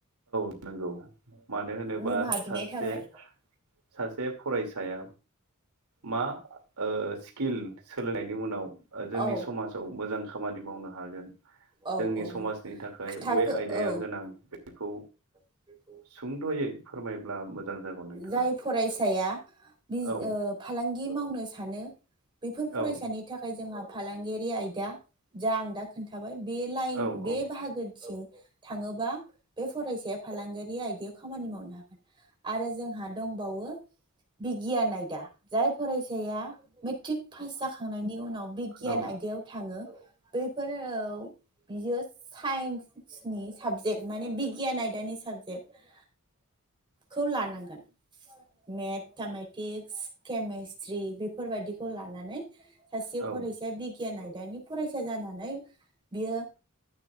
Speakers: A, on the right; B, on the right.
A: नोंगौ। मानो होनोबा
B: निमाहा बिनाय
A: सासे
B: थाबाय।
A: सासे फरायसाया मा स्किल सोलोंनायनि उनाव जोंनि
B: औ
A: समाजाव मोजां खामानि मावनो हागोन
B: औ
A: जोंनि
B: औ
A: समाजनि थाखाय
B: खोथाखो
A: बय आयदाया
B: औ
A: गोनां बेखौ
B: <inaudible>
A: सुंद'यै फोरमायब्ला मोजां जागौ नोंथाङा।
B: जाय फरायसाया बि
A: औ
B: ओ फालांगि दि मावनो सानो बेफोर फरायसानि
A: औ
B: थाखाय जोंहा फालांगियारि आयदा जा आं दा खोन्थाबाय बे लाइन
A: औ औ
B: बे बाहागोथि थाङोबा बे फरायसाया फालांगियारि आयदायाव खामानि मावनो हागोन आरो जोंहा दंबावो बिगियान आयदा। जाय फरायसाया मेट्रिक पास जाखांनायनि उनाव बिगियान
A: औ
B: आयदायाव थाङो बैफोर बियो साइन्सनि साबजेक्ट माने बिगियान आदानि साबजेक्ट खौ लानांगोन। मेथामेटिक्स केमेस्ट्रि बेफोरबायाददिखौ लानानै सासे
A: औ
B: फरायसा बिगियान आयदा दानि फरायसा जानानै बियो